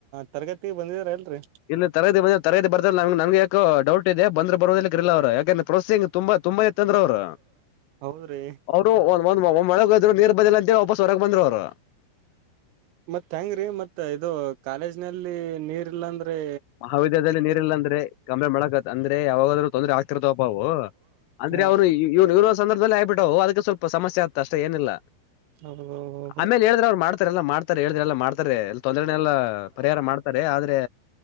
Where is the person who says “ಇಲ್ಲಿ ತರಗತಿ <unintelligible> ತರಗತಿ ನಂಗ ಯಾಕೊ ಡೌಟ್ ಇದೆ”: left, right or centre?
Left